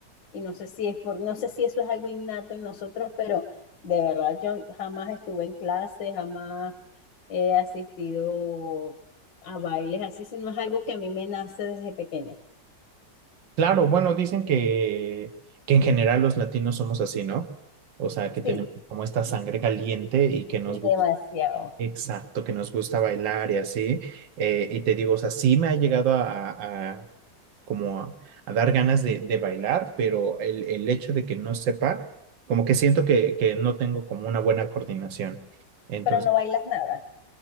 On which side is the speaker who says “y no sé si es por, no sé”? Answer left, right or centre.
Left